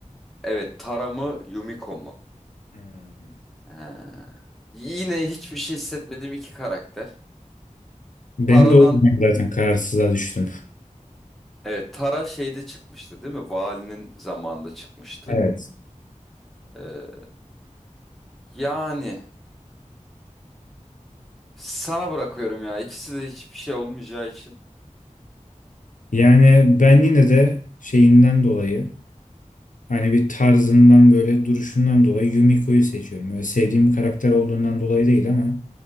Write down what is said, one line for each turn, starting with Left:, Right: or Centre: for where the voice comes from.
Centre: Evet Tara mı Yumiko mu?
Left: Hmm.
Centre: Ha. Yine hiçbir şey hissetmediğim iki karakter.
Left: Ben
Centre: Tara'dan
Left: de o yüzden zaten kararsızlığa düştüm.
Centre: evet Tara şeyde çıkmıştı değil mi? Valinin zamanında çıkmıştı.
Left: Evet.
Centre: Ee, yani sana bırakıyorum ya. İkisi de hiçbir şey olmayacağı için.
Left: Yani ben yine de şeyinden dolayı hani bir tarzından böyle duruşundan dolayı Yumiko'yu seçiyorum. Öyle sevdiğim karakter olduğundan dolayı değil ama